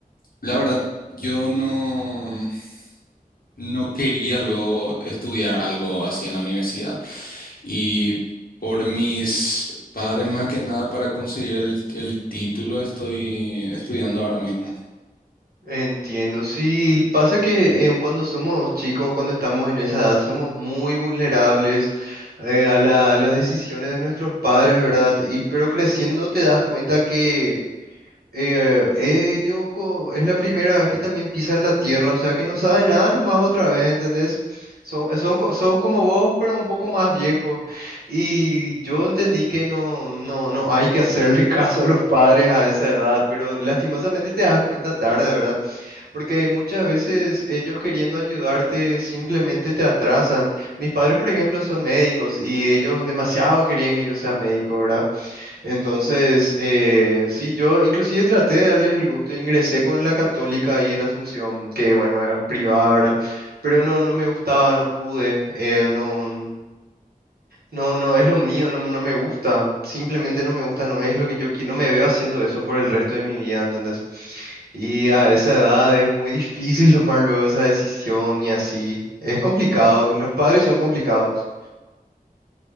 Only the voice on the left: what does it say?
la verdad yo no, no quería luego estudiar algo así en la universidad. Y por mis padres, más que nada, para conseguir el, el título, estoy estudiando ahora mismo.